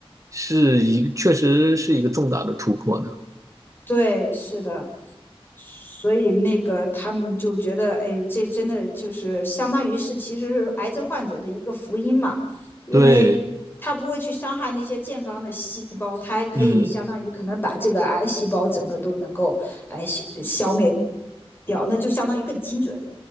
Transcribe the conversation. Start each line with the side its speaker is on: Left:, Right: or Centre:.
Right: 是一个确实是一个重大的突破呢。
Left: 对，是的。所以那个他们就觉得，哎呦，这真的就是相当于是其实是癌症患者的一个福音嘛，因为它不会去伤害那些健康的细胞，
Right: 对，
Left: 它还可以相当于可能把这个癌细胞整个都能够哎消消灭
Right: 嗯，
Left: 掉，那就相当于更精准。